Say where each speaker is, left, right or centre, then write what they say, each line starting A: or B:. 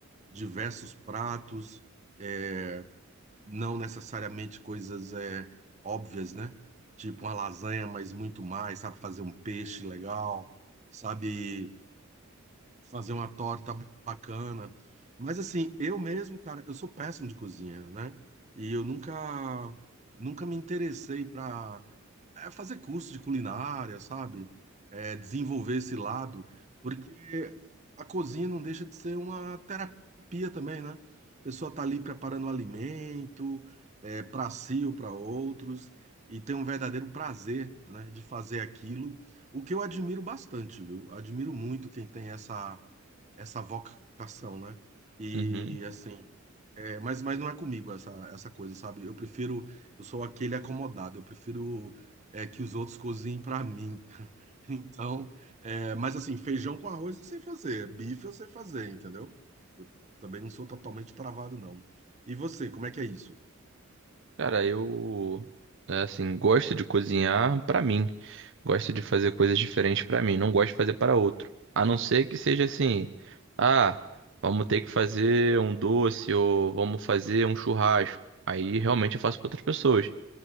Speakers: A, on the right (about 35°); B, on the right (about 60°).
A: diversos pratos, é, não necessariamente coisas é, óbvias, né? Tipo uma lasanha, mas muito mais, sabe fazer um peixe legal, sabe fazer uma torta bacana. Mas assim, eu mesmo, cara, eu sou péssimo de cozinha, né? E eu nunca nunca me interessei para fazer curso de culinária, sabe? É, desenvolver esse lado, porque a cozinha não deixa de ser uma terapia também, né? A pessoa tá ali preparando um alimento, é, para si ou para outros, e tem um verdadeiro prazer, né, de fazer aquilo. O que eu admiro bastante, viu? Admiro muito quem tem essa essa vocação, né? E
B: uhum.
A: assim, é, mas, mas não é comigo essa, essa coisa, sabe? Eu prefiro, eu sou aquele acomodado, eu prefiro é, que os outros cozinhem pra mim. <laughs> Então, é, mas assim, feijão com arroz eu sei fazer, bife eu sei fazer, entendeu? Eu também não sou totalmente travado, não. E você, como é que é isso?
B: Cara, eu, né, assim, gosto de cozinhar pra mim. Gosto de fazer coisas diferentes pra mim. Não gosto de fazer para outro. A não ser que seja assim, ah, vamos ter que fazer um doce ou vamos fazer um churrasco. Aí realmente eu faço pra outras pessoas.